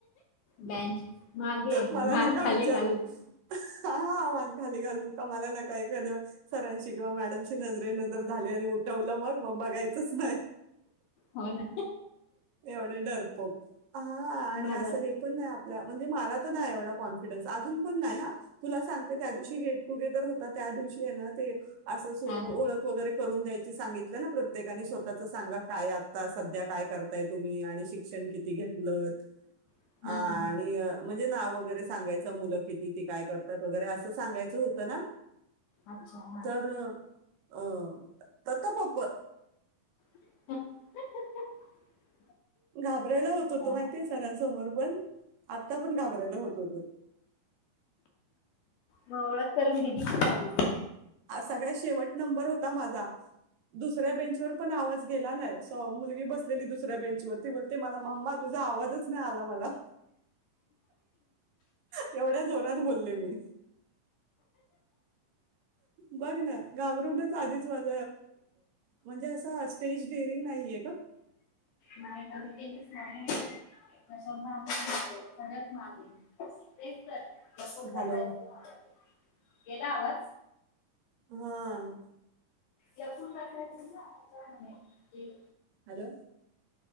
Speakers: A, on the left (about 75°); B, on the right (about 75°).
A: बेंच मागे मान
B: मला नका
A: खाली
B: विचारू
A: घालून
B: हा मान खाली घालून का मला नका एखाद्या सरांशी किंवा मॅडमशी नजरे नजर झाली आणि कौलं मग म बघाय तस नाय
A: हो ना
B: वड डरपोक हा आणि
A: माझा
B: असं हे पण नाय आपल्या म्हणजे मला तर नाय एवढा कॉन्फिडन्स अजून पण नाय हा तुला सांग त्या दिवशी गेटटुगेदर होत ते. त्या दिवशी आहे ना ते. अस अस ओळख
A: हा हा
B: वगैरे. करून द्यायची सांगितलं ना प्रत्येकानी स्वतःचं सांगा काय आता सध्या काय करताय तुम्ही आणि शिक्षण किती घेतलतं.
A: हा
B: आ
A: हा
B: आणि म्हण जे नाव वगैरे सांगायचं मुलं किती ती काय करतात वगैरे असं सांगायचं होतं ना.
A: अच्छा हा.
B: तर अ तत पप.
A: <unintelligible>
B: घाबरायला होत होतं
A: हा
B: माहितीये सरांसमोर पण आता पण घाब रायला होत होतं.
A: मग ओळख करून दिली का नाय दिली.
B: आज सगळ्या शेवट नंबर होता माझा दुसऱ्या बेंचवर पण आवाज गेला नाय सो मुलगी बसलेली दुसऱ्या बेंचवर ती बोलते मला मम्मा तुझा आवाजच नाय आला मला एवढ्या जोरात बोल ले मी. बघ ना घाबरूनच आधीच माझ. म्हणजे अस स्टेज डेअरिंग नाहीये का.
A: नाय कधी केलीच नाय कशात भागच घेतलेला सगळ्यात मागे तेच तर तसंच बसायच
B: हॅलो
A: <inaudible> गेला आवाज.
B: हम्म.
A: लपून बसायचं ही अडचण आहे ही.
B: हॅलो